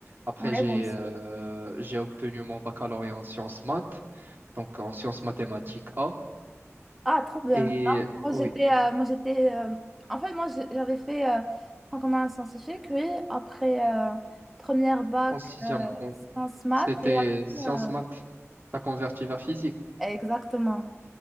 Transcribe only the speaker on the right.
Après
j'ai
euh, j'ai obtenu mon baccalauréat en sciences maths, donc en sciences mathématiques A.
Et
oui,
en sixième
C'était
sciences
maths. T'as converti vers physique.